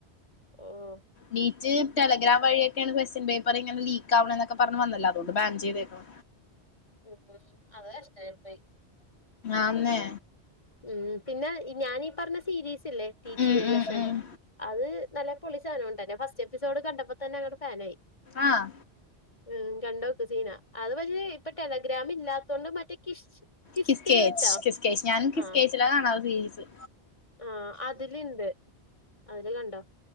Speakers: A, on the left; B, on the left.
A: ഓഹ്
B: നീറ്റ് ടെലഗ്രാം വഴിയെ ടെലിഗ്രം വഴി ക്വസ്റ്റൻ പേപ്പർ ഇങ്ങെ ലീക്ക് ആവണ എന്നൊ ക്കെ പറഞ്ഞ് വന്നല്ല അതുകൊണ്ട് ബാൻ ചെയ്തെക്കും
A: ഉം അതെ നഷ്ടയിപോയി
B: ആന്നേ
A: ഉം പിന്നെ ഞാനീ പറഞ്ഞ സീരീസ്ല്ലേ ടിച്
B: ഉം
A: എ ലസൻ
B: ഉം ഉം
A: അത് നല്ല പൊളി സാധനണ് ട്ടോ ഞാന് ഫസ്റ്റ് എപ്പിസോഡ് കണ്ടപ്പോ തന്നെ അങ്ങടെ ഫാനായി
B: ആഹ്
A: ഉം കണ്ടോക്ക് സീന അത് പക്ഷേ ഇപ്പൊ ടെലഗ്രാാ ഇല്ലാത്ത കൊണ്ട് മറ്റക്കെ കിഷ് കിസ്കേച്ചാ
B: കിസ്കേച്ച് കിസ്കേച്ച് ഞാനും കിസ്കേച്ചില
A: ആഹ്
B: കാണാർ സീരീസ്
A: ആഹ് അതില് ഇണ്ട് അതില് കണ്ടോ